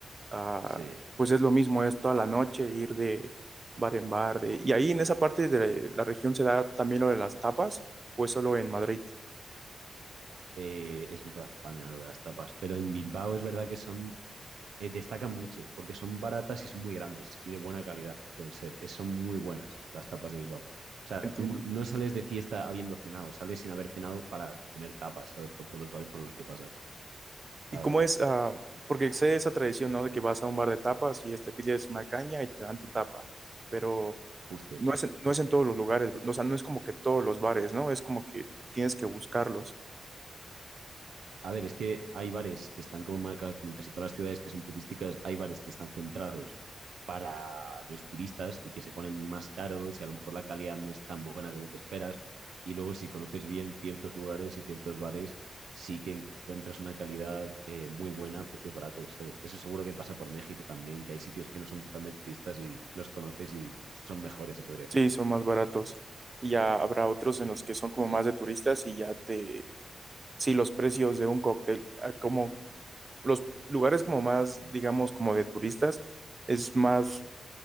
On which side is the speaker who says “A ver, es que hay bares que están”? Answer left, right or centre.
Right